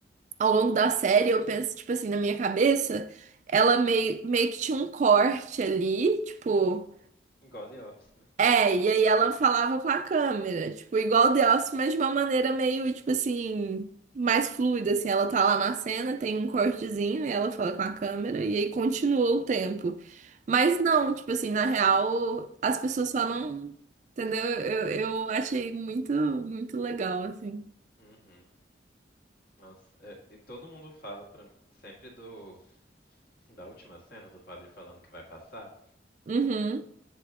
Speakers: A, on the right; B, on the left.
A: ao longo da série, eu penso, tipo assim, na minha cabeça, ela meio, meio que tinha um corte ali, tipo.
B: Igual The Office, né?
A: É, e aí ela falava com a câmera, tipo, igual The Office, mas de uma maneira meio, tipo assim, mais fluida, assim, ela tá lá na cena, tem um cortezinho, e ela fala com a câmera, e aí continua o tempo. Mas
B: Uhum,
A: não, tipo assim, na real, as pessoas só não. Entendeu? Eu, eu achei muito, muito legal, assim.
B: uhum. Nossa, é, e todo mundo fala pra, sempre do da última cena do padre falando que vai passar.
A: Uhum.